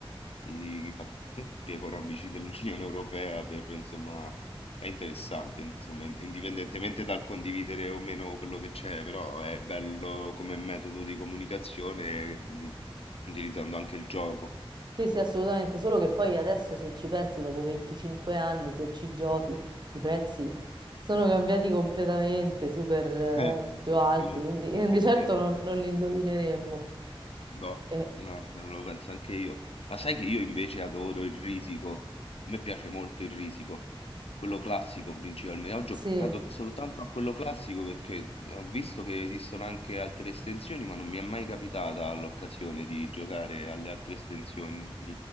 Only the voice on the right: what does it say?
Sì, sì, assolutamente, solo che poi adesso se ci pensi, dopo 25 anni, se ci giochi, i prezzi sono cambiati completamente, super eh,
più alti,
quindi
<laughs> eh, di
certo non, non li indovineremmo.
Eh,
sì,